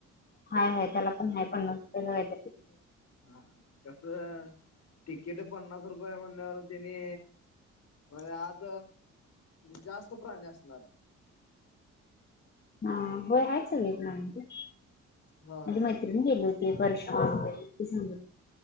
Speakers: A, on the left; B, on the left.
A: हाय हाय, त्याला पण हाय पन्नास रुपये का हाय तिकीट <unintelligible>
B: हा हा कस? तिकीट पन्नास रुपये हाय म्हणल्यावर तेने होय आत जास्त प्राणी असणार.
A: हा होय आहेत सगळे प्राणी
B: हा हा
A: माझी मैत्रिण
B: हा
A: गेली होती. परश्र सांगांग